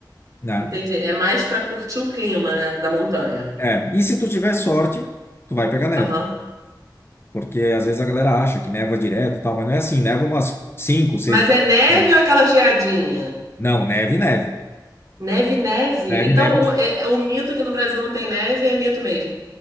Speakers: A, on the left; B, on the right.
A: né?
B: entendi. É mais para curtir o clima, né, da montanha.
A: É. E se tu tiver sorte, tu vai pegar neve,
B: Aham.
A: porque às vezes a galera acha que neva direto, e tal, mas não é assim, neva umas cinco, seis.
B: Mas é neve
A: vezes.
B: ou é aquela geadinha?
A: Não, neve, neve.
B: Neve, neve.
A: Neve,
B: Então,
A: neve.
B: o,
A: de-
B: é- é o mito que no Brasil não tem neve é mito mesmo.